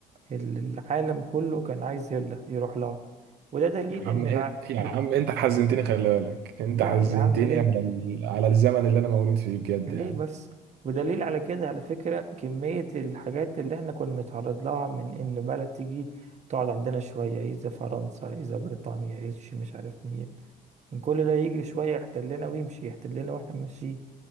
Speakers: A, on the right (about 40°); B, on the right (about 75°).
A: ال- العالم كله كان عايز يلا يروح لها وده دليل
B: يا عم
A: ان
B: إيه،
A: الع...
B: يا
A: ب...
B: عم انت حزنتني خلي بالك انت
A: لا
B: حزنتني
A: يا عم ليه
B: على ال... على الزمن اللي انا مولود فيه بجد
A: ليه
B: يعني
A: بس ودليل على كده على فكرة كمية الحاجات اللي احنا كنا بنتعرض لها من ان بلد تيجي تقعد عندنا شوية إذا فرنسا إذا بريطانيا إذا شي مش عارف مين من كل ده يجي شوية يحتلنا ويمشي يحتلنا واحنا ماشيين